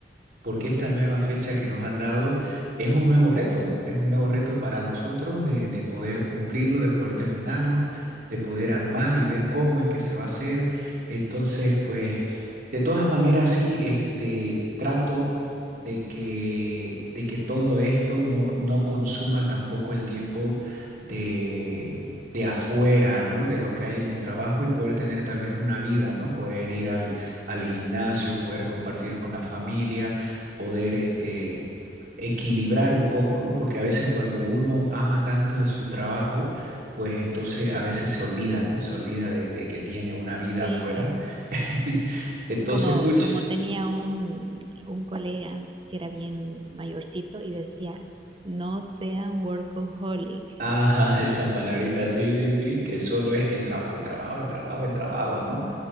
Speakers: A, on the right; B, on the right.
A: porque esta nueva fecha que nos han dado es un nuevo reto, ¿no? Es un nuevo reto para nosotros de, de poder cumplirlo, de poder terminarlo, de poder armar y ver cómo es que se va a hacer. Entonces, pues, de todas maneras, sí, este, trato de que, de que todo esto no, no consuma tampoco el tiempo de, de afuera, ¿no? De lo que hay en el trabajo y poder tener tal vez una vida, ¿no? Poder ir al, al gimnasio, poder compartir con la familia poder este, equilibrar un poco, ¿no? Porque a veces cuando uno ama tanto de su trabajo, pues entonces a veces se olvida, ¿no? Se olvida de, de que tiene una vida
B: Sí,
A: afuera. <laughs> Entonces,
B: como,
A: pucha.
B: como tenía un, un colega que era bien mayorcito y decía, no sean workaholic.
A: Ajá, <laughs> esa palabrita, sí, sí, sí, que solo es el trabajo,
B: <laughs>
A: el trabajo, el trabajo, el trabajo, ¿no?